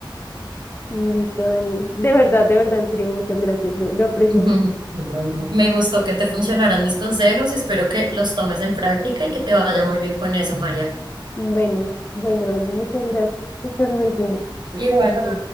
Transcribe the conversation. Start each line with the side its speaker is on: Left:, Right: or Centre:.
Left: Listo, Dani. De verdad, de verdad, en serio, muchas gracias, lo, lo aprecio
Right: Ujú.
Left: mucho.
Right: Me gustó que te funcionaran mis consejos y espero que los tomes en práctica y que te vaya muy bien con eso, María.
Left: Bueno, bueno, Dani, muchas gracias. Estás muy bien.
Right: Igual tú.